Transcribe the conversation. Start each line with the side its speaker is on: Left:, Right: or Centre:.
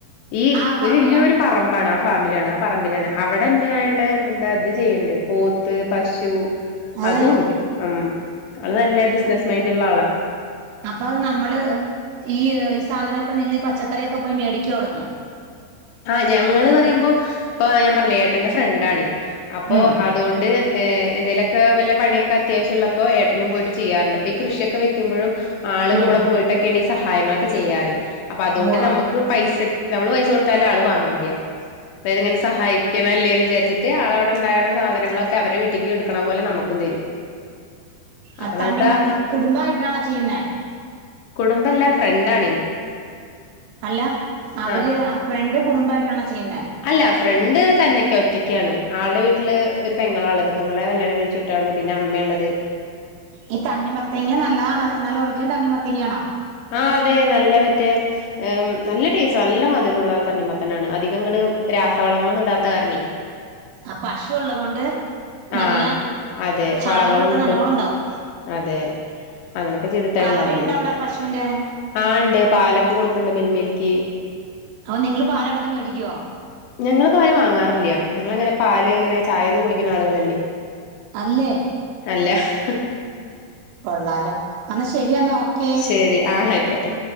Left: ഈ
Right: ആ ഫാമിലാ
Left: ഒരു വല്ല്യോരു പറമ്പാണ്. ഫാമിലാണ് ആ പറമ്പിലാണ് അവിടെന്നെ ആയിട്ട് എന്താ ഇത് ചെയ്യണ്ട് പോത്ത് പശു.
Right: അതെ
Left: അതും ഉണ്ട് ഉം അത് നല്ല ബിസിനസ് മൈൻഡ് ള്ള ആളാ.
Right: അപ്പൊ അഹ് നമ്മള് ഈ ഹ് സാധനൊക്കെ നിങ്ങള് പച്ചക്കറിയൊക്കെ പോയി മേടിക്കോടന്ന്.
Left: ആഹ് ഞങ്ങള് പറയുമ്പോ ഇപ്പൊ ഞാൻ പറില്ലെ ഏട്ടന്റെ ഫ്രണ്ടാണ് അപ്പോ
Right: ഉം
Left: അ തോണ്ട് ഏഹ് എന്തേലൊക്കെ വല്ല പണിയൊക്കെ അത്യാവ്യമുള്ളപ്പോ ഏട്ടനും പോയിട്ട് ചെയ്യാറണ്ട്ഇപ്പൊ ഈ കൃഷിയൊക്കെ വെക്കുമ്പോഴും. ആള്
Right: ഉം
Left: കൂടെ പോയിട്ടൊക്കെയാണ് ഈ സഹായങ്ങളൊക്കെ ചെയ്യാറ് അപ്പൊ അതുകൊണ്ട്
Right: ഉവ്വ
Left: നമുക്ക് പൈസക് നമ്മള് പൈസ കൊടു താല് ആൾ വാങ്ങില്ല അതായത് ഇങ്ങനെ സഹായിക്കണ്ല്ലേന്ന് വിചാരിച്ചിട്ട്. ട്ട് ആള് അവിടെണ്ടായാൽ സാധനങ്ങളൊക്കെ അവരെ വീട്ടേക്ക് എടുക്കുന്ന പോലെ നമുക്കും തരും. അപ്പൊ
Right: ആഹ് തണ്ണിമത്ത
Left: നമുക്ക് ആ
Right: കുടുംബയിട്ടാണോ ചെയ്യുന്ന
Left: കുടുംബല്ലാ ഫ്രണ്ടാണ്.
Right: അല്ല അവര്
Left: ആ
Right: ആഹ് ഫ്രണ്ട് കുടുംബയിട്ടാണോ ചെയ്യുന്ന
Left: അല്ല ഫ്രണ്ട് തന്നെയൊക്കെ ഒറ്റക്ക്യാണ് ആളുടെ വീട്ടില് ഒരു പെങ്ങളാ ഉള്ളത് പെങ്ങളെ കല്ല്യാണം കഴിച്ചു. ട്ടാണ് പിന്നെ അമ്മയെള്ളത്.
Right: ഈ തണ്ണിമത്തങ്ങ നല്ലതാണ് നല്ല ഒറിജിനൽ തണ്ണിമത്തങ്ങ ആണോ?
Left: ആഹ് അതെ നല്ല മറ്റേ എം നല്ല ടേസ്റ്റ് നല്ല മധുരുള്ള തണ്ണിമത്തനാണ് അധിക അങ്ങട് രാസവളങ്ങളൊന്നും ഇടാത്ത കാരണേ?
Right: ആഹ് പശു ഉള്ളത് കൊണ്ട് നല്ല
Left: ആഹ് അതെ
Right: ചാണകം
Left: വളങ്ങളും
Right: ഇട്ടാൽ
Left: കിട്ടും.
Right: നല്ലോണം ഉണ്ടാവും.
Left: അതെ. അങ്ങനെയൊക്കെ ചെയ്തിട്ടാണ്
Right: കറവയുണ്ടോ
Left: ഉണ്ടാക്കണത്
Right: അവിടെ പശുവിന്റെ
Left: ആഹ് ഉണ്ട് പാലൊക്കെ കൊടുക്ക്ണ്ട് മിൽമെയ്ക്ക്.
Right: ഔ നിങ്ങള് പാൽ അവിടുന്ന് മേടിക്കോ?
Left: ഞങ്ങള് പാല് വാങ്ങാറില്ല ഞങ്ങൾ അങ്ങനെ പാൽ ഇങ്ങനെ ചായന്ന് കുടിക്ക് ണ ആളുകളല്ലേ?
Right: അല്ലേ
Left: അല്ല ഹ്
Right: കൊള്ളാലോ അന്നാ ശരിയെന്നാ ഓക്കേ.
Left: ശരി ആഹ് ആയിക്കോട്ടെ